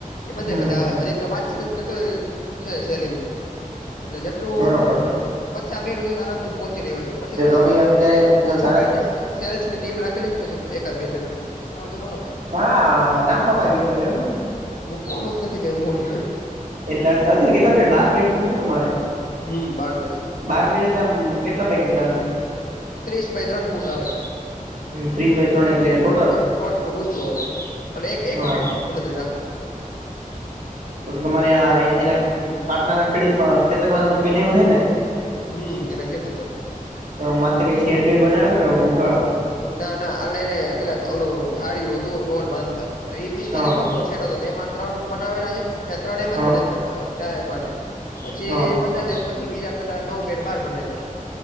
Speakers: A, on the left; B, on the right.
A: એ બધા
B: હમ
A: બધા
B: હમ
A: આવે હજુ તો મેં વાત નથી કરી તોય જે સેલિંગનો એટલે જત ટલું
B: બરોબર
A: પચા બેડ હુધી તો આરામ થી પહોંચી રહ્યો છે, પછી તો
B: તમે અત્યારે
A: એટ મોટા
B: સાડા
A: પાયે થાય. સેલ્સ ની ટીમ રાખી લે ને પછી તો એકાદ બે જણાની વાંધો ના આવે.
B: હા લાંબા પાઈ વિચાર એમને.
A: મૂકવાનું જ નથી કઈ મોડું.
B: એટલા અત કેટલા છે બાર બેડ નું છે ને તમારે.
A: હમમ બાર બેડ.
B: બાર બેડ એટલે કેટલા બાય કેટલાનું.
A: ત્રીસ બાય ત્રણ ફૂટ આવે.
B: ત્રીસ બાય ત્રણ
A: અ લગભગ
B: એટલે ટોટલ
A: દોઢ ફૂટ ઊંચું હવે એ એક એક
B: હા
A: ફૂટ ગણતરી રાખવાનું.
B: તો તમારી આ એના પાટણાના ખેડૂત ખેતર માં બધું બનેવું હે ને.
A: હમમ એના કેેતે. <unintelligible>
B: તો માથે કઈ શેડ બેેડ બનાવેલા કે ઉભા.
A: ના ના એટલે એને પેલા ઓલું ઠાળ્યું હતું ઢોળ બાંધતા તો એ પિસ્તાલીસ
B: હા હા
A: ફૂટ છે. એમાં ત્રણ બનાવેલા છે ત્રણ માં
B: હા
A: જ બને પેલા કાયમ માટે પછી
B: હા
A: કાલ દિસ પછી બીજા બધા નવ બેડ બાર બનાવ્યા.